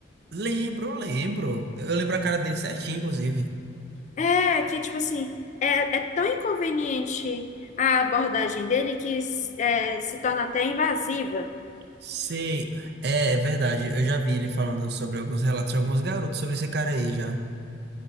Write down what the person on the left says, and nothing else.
É, que tipo assim, é, é tão inconveniente a abordagem dele que é, se torna até invasiva.